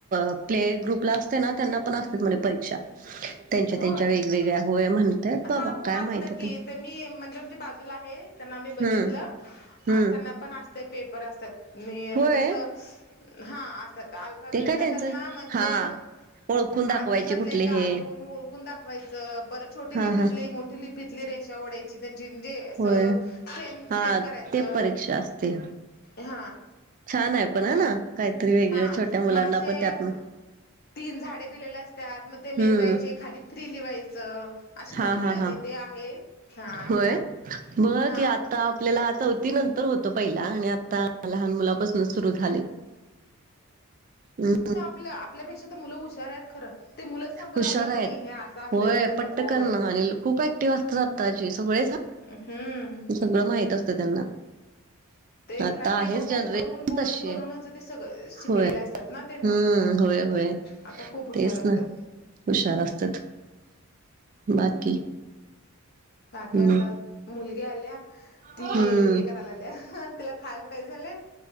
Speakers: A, on the right; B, on the left.
A: प्ले ग्रुपला. त्याना, त्यांना पण असत्यात म्हणे परीक्षा. त्यांच्या
B: होय..
A: त्यांच्या वेगवेगळ्या होय म्हणतात
B: हा
A: बाबा
B: हो
A: काय
B: असतं
A: माहित आता
B: की तर, मी म्हणजे आमच्या बाजूला आहे. त्यांना मी बघितलं
A: हम्म
B: आज
A: हम्म
B: त्यांना पण ते पेपर असत्यात मी म्हणजे
A: होय
B: असं, हा असत्यात <unintelligible> सगळेच
A: ते काय
B: असतात
A: त्यांचं
B: ना मज्जे
A: हा ओळखून दाखवायचे
B: आदलेमधले
A: कुठले
B: गाळून
A: हे
B: ओळखून दाखवायचं परत छोटी
A: हा
B: लिपीतली
A: हा
B: मोठी लिपीतली रेषा ओढायची. त्यां चिंदे असं
A: होय
B: सेम
A: हा
B: सेम करायचं
A: ते परीक्षा असते
B: हा.
A: छान आहे पण ह ना काहीतरी, वेगळं
B: हा
A: छोट्या मुलांना
B: मग असे
A: पण त्यात न.
B: तीन झाडे दिलेले असत्यात मग, ते मेजायचे
A: हम्म
B: खाली थ्री लिवायचं. असे बघितलंय
A: हा हा
B: मी
A: हा..
B: ते आहे हा
A: होय बघा
B: हा
A: की आता, आपल्याला आता. ती नंतर होतं, पहिला आणि आ आता लहान मुलापासूनच सुरु झाले. हम्..
B: ला आपल्यापेक्षा तर मुलं हुशार आहेत खर ते मुलंच सांगतात
A: हुशार
B: आपल्याच
A: आहेत
B: नाही हे असं असतंय
A: होय
B: ते असतात
A: पट्टकण
B: होय
A: अनिल खूप ऍक्टिव्ह असतात आत्ताचे सगळेच हा
B: हम्म.
A: सगळं माहीत असतं त्यांना.
B: ते घरातले
A: आता आहेच
B: बघून
A: जनरेशन
B: करून बोलून
A: तशी
B: करूनच,
A: आहे
B: ते सग अ शिकलेले
A: होय
B: असतात ना. ते मुलं
A: हम्म होय होय
B: आता खूप हुशार
A: तेच
B: असतात
A: ना. हुशार असत्यात बाकी.
B: बाकी
A: हम्म
B: आता मुलगी आल्या. ती
A: हम्म
B: हे कराय लागल्या, तिला खायला पाहिजे झालंय.